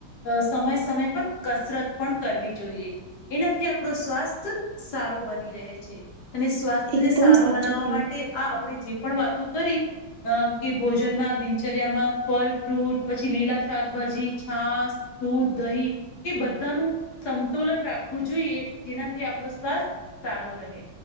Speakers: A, on the left; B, on the right.
A: અ સમય સમય પર કસરત પણ કરવી જોઈએ. એનાથી આપણો સ્વાસ્થ સારો બની રહે છે અને સ્વાસ્થ્ય
B: એકદમ
A: ને સારો
B: સાચું
A: બનાવવા
B: કહ્યું.
A: માટે આ આપણે જે પણ વાતો કરી અ કે ભોજનમાં દિનચર્યામાં ફલ ફ્રૂટ પછી લીલા શાકભાજી છાસ દૂધ દહી એ બધાનું સમતોુલન રાખવું જોઈએ જેનાથી આપણું સ્વાસ્થ્ય સારો રહે